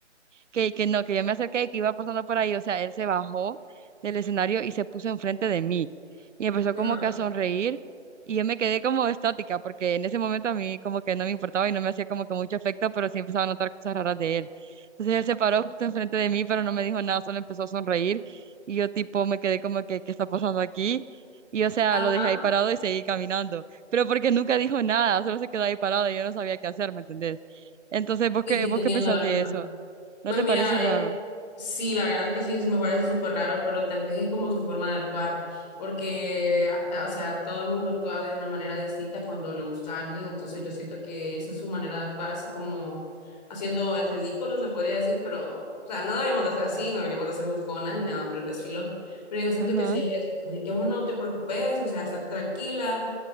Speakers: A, on the right; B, on the left.
A: que, que no, que yo me acerqué y que iba pasando por ahí, o sea, él se bajó del escenario y se puso enfrente de mí y empezó
B: ajá,
A: como que a sonreír y yo me quedé como estática porque en ese momento a mí como que no me importaba y no me hacía como que mucho efecto, pero sí empezaba a notar cosas raras de él. Entonces él se paró justo enfrente de mí, pero no me dijo nada, solo empezó a sonreír y yo tipo me quedé como que, ¿qué está pasando aquí? Y o sea,
B: ajá,
A: lo dejé ahí parado y seguí caminando, pero porque nunca dijo nada, solo se quedó ahí parado y yo no sabía qué hacer, ¿me entendés? Entonces, ¿vos
B: y
A: qué,
B: estoy
A: vos
B: entendiendo
A: qué pensás
B: la
A: de
B: verdad.
A: eso? ¿No
B: Pues
A: te
B: mira,
A: parece raro?
B: es Sí, la verdad que sí, me parece súper raro, pero tal vez es como su forma de actuar, porque, a- o sea, todo el mundo actúa de una manera distinta cuando le gusta a alguien, entonces yo siento que esa es su manera de actuar, así como haciendo el ridículo, se podría decir, pero, o sea, no deberíamos de ser así, no deberíamos de ser juzgonas ni nada por el estilo, pero yo siento
A: Ajá.
B: que sí es eso, así que uno no te preocupes, o sea, estate tranquila,